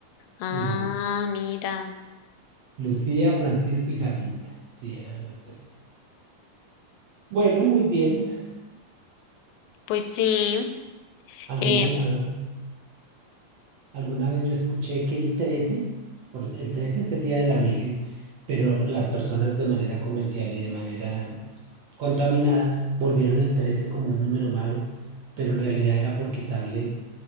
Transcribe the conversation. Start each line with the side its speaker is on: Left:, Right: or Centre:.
Left: Ah,
Right: sí.
Left: mira.
Right: Lucía, Francisco y Jacinta. Sí, eran los tres. Bueno, muy bien.
Left: Pues sí.
Right: ¿Alguna,
Left: Eh,
Right: a ver, Alguna vez yo escuché que el 13 por, el 13 es el Día de la Virgen, pero las personas de manera comercial y de manera contaminada volvieron el 13 como un número malo, pero en realidad era por quitarle